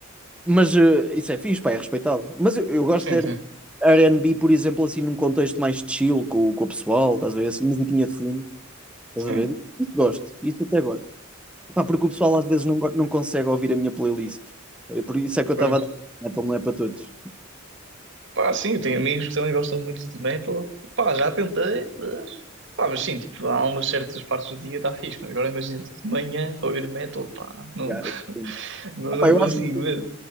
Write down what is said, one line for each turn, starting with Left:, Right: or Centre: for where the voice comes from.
Centre: Mas eh, isso é fixe, pá, é respeitável. Mas eu, eu gosto
Right: Sim,
Centre: de
Right: sim,
Centre: ter R&B, por exemplo, assim num contexto mais chill com, com o pessoal, estás a ver, assim, musiquinha de fundo, estás
Right: sim.
Centre: a ver? Isso gosto, isso até gosto. Pá, porque o pessoal às vezes não, go- não consegue ouvir a minha playlist. É por isso é que eu
Right: Pois.
Centre: estava a dizer, metal não é para todos.
Right: Pá, sim, eu tenho amigos que também gostam muito de metal. E, pá, já tentei, mas... Pá, mas sim, tipo, há umas certas partes do dia está fixe, mas agora imagina, tipo, de manhã ouvir metal, pá, não,
Centre: Yeah,
Right: <laughs>
Centre: sim.
Right: não, não
Centre: Pá, eu
Right: consigo
Centre: acho que
Right: mesmo.